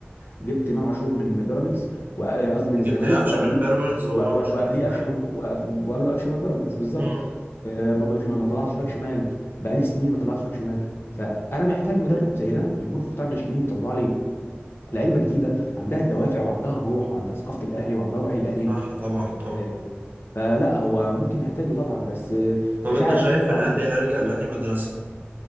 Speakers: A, on the left; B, on the right.
A: جبت امام عاشور من بيراميدز وق- قصدي من
B: جبت
A: الزمالك
B: قفشه
A: وقبليه
B: من البيراميدز وامام
A: و- و-
B: عاشور
A: وقبليه
B: من الزمالك
A: قفشه من وقف- وقبله قفشه من بيراميدز بالظبط
B: مم.
A: آه، ما بش- ما طلعتش باك شمال بقالي سنين ما طلعتش باك شمال فانا محتاج مدرب زي ده يكون في قطاع الناشئين يطلع لي لعيبه جديده عندها الدوافع وعندها الروح وعندها ثقافه الاهلي وعندها روح الاهلي
B: صح طبعا طبعا
A: آه، فلا هو ممكن نحتاجه طبعا بس آه،
B: طب
A: مش
B: انت
A: عارف
B: شايف
A: بصراحه
B: الاهلي هيلجأ لاني مدرسه